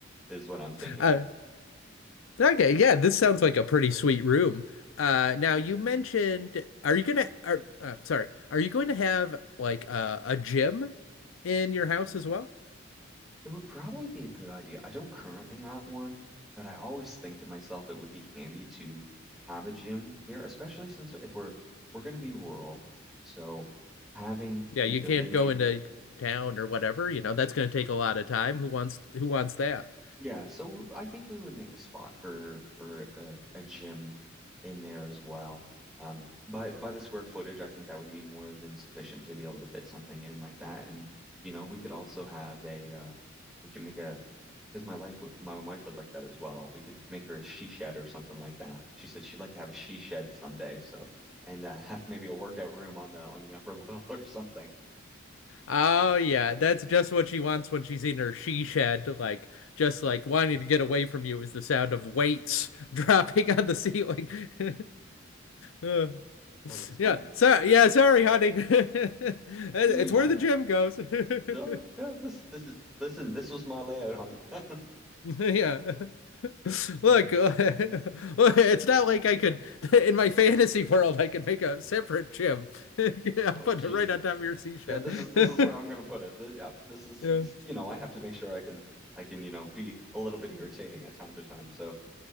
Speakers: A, in the centre; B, on the left.
A: is what I'm thinking
B: Uh,
A: about.
B: okay. Yeah. This sounds like a pretty sweet room. Uh, now you mentioned, are you gonna, are, uh, sorry, are you going to have like a, a gym in your house as well?
A: It would probably be a good idea. I don't currently have one, but I always think to myself it would be handy to have a gym here, especially since if we're we're going to be rural, so having
B: Yeah.
A: the
B: You
A: ability
B: can't go into town or whatever, you know, that's going to take a lot of time. Who wants, who wants that?
A: Yeah, so I think we would make a spot for for a, a gym in there as well. Um, by by the square footage, I think that would be more than sufficient to be able to fit something in like that. And you know, we could also have a uh, we can make a because my life would my wife would like that as well. We could make her a she shed or something like that. She said she'd like to have a she shed someday. So and uh, <laughs> have maybe a workout room on the on the upper <laughs> level or something.
B: Oh yeah, that's just what she wants when she's in her she shed, like just like wanting to get away from you is the sound of weights <laughs> dropping on the ceiling. <laughs> Uh,
A: Oh, that's funny.
B: yeah, so yeah, sorry, honey. <laughs> It- It's
A: Didn't mean
B: where
A: that.
B: the gym goes. <laughs>
A: Oh, yeah, this this is listen. This was my layout, hon. <laughs>
B: Yeah. <laughs> Look,
A: Uh,
B: <laughs> it's not like I could <laughs> in my fantasy world I could make a separate gym. <laughs> Yeah, put
A: oh geez.
B: it right on top of your sea shed.
A: Yeah, this is this
B: <laughs>
A: is where I'm gonna put it. Th- yeah, this is
B: Yeah.
A: this, you know, I have to make sure I can I can, you know, be a little bit irritating at time to time. So,